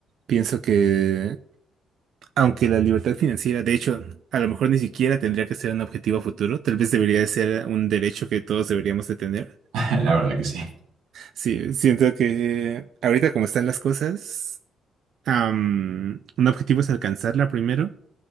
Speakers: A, on the right (about 70°); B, on the right (about 85°).
A: Pienso que, aunque la libertad financiera, de hecho, a lo mejor ni siquiera tendría que ser un objetivo a futuro, tal vez debería de ser un derecho que todos deberíamos de tener.
B: <laughs> la verdad que sí.
A: Sí, siento que ahorita como están las cosas, am, un objetivo es alcanzarla primero